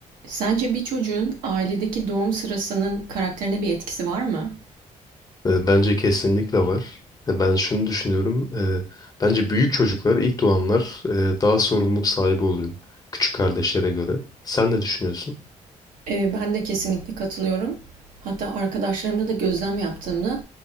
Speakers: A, on the right; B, on the left.
A: Sence bir çocuğun ailedeki doğum sırasının karakterine bir etkisi var mı?
B: E, Bence kesinlikle var. E, Ben şunu düşünüyorum. e, Bence büyük çocuklar, ilk doğanlar e, daha sorumluluk sahibi oluyor. Küçük kardeşlere göre. Sen ne düşünüyorsun?
A: Ee, ben de kesinlikle katılıyorum. Hatta arkadaşlarımda da gözlem yaptığımda